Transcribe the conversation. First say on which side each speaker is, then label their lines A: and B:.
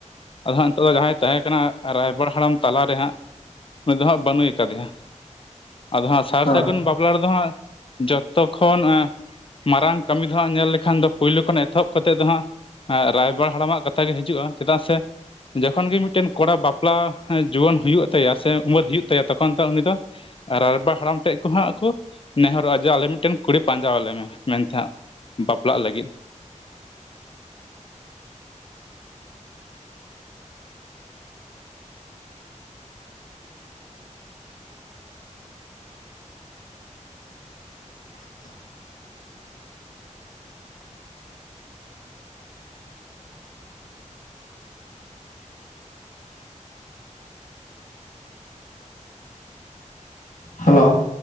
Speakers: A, on the left; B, on the left.
A: ᱟᱫᱚ ᱦᱟᱸᱜ ᱱᱤᱛᱚᱜ ᱫᱚ ᱡᱟᱦᱟᱸᱭ ᱛᱟᱦᱮᱸ ᱠᱟᱱᱟ ᱨᱟᱭᱵᱟᱨ ᱦᱟᱲᱟᱢ ᱛᱟᱞᱟᱨᱮ ᱦᱟᱸᱜ᱾ ᱩᱱᱤ ᱫᱚ ᱦᱟᱸᱜ ᱵᱟᱹᱱᱩᱭ ᱟᱠᱟᱫᱮᱭᱟ ᱟᱫᱚ ᱦᱟᱸᱜ ᱥᱟᱨ
B: ᱦᱳᱭ
A: ᱥᱟᱹᱜᱩᱱ ᱵᱟᱯᱞᱟ ᱨᱮᱫᱚ ᱦᱟᱸᱜ ᱡᱚᱛᱚ ᱠᱷᱚᱱ ᱱᱚᱣᱟ ᱢᱟᱨᱟᱝ ᱠᱟᱹᱢᱤ ᱫᱚ ᱦᱟᱸᱜ ᱧᱮᱞ ᱞᱮᱠᱷᱟᱱ ᱫᱚ ᱯᱳᱭᱞᱳ ᱠᱷᱚᱱ ᱮᱛᱚᱦᱚᱵ ᱠᱟᱛᱮᱜ ᱫᱚ ᱦᱟᱸᱜ ᱨᱟᱭᱵᱟᱨ ᱦᱟᱲᱟᱢᱟᱜ ᱠᱟᱛᱷᱟ ᱜᱮ ᱦᱤᱡᱩᱜᱼᱟ ᱪᱮᱫᱟᱜ ᱥᱮ ᱡᱚᱠᱷᱚᱱ ᱜᱮ ᱢᱤᱫᱴᱮᱱ ᱠᱚᱲᱟ ᱵᱟᱯᱞᱟ ᱡᱩᱣᱟᱹᱱ ᱦᱩᱭᱩᱜ ᱛᱟᱭᱟ ᱥᱮ ᱩᱢᱟᱹᱨ ᱦᱩᱭᱩᱜ ᱛᱟᱭᱟ ᱛᱚᱠᱷᱚᱱ ᱫᱚ ᱩᱱᱤ ᱫᱚ ᱨᱟᱭᱵᱟ ᱦᱟᱲᱟᱢ ᱴᱷᱮᱡ ᱠᱚᱦᱟᱸᱜ ᱠᱚ ᱱᱮᱦᱚᱨᱚᱜᱼᱟ ᱡᱮ ᱟᱞᱮ ᱢᱤᱫᱴᱮᱱ ᱠᱩᱲᱤ ᱯᱟᱸᱡᱟ ᱟᱞᱮ ᱢᱮ ᱢᱮᱱᱛᱮ ᱦᱟᱸᱜ ᱵᱟᱯᱞᱟᱜ ᱞᱟᱹᱜᱤᱫ
B: <inaudible> ᱦᱮᱞᱳ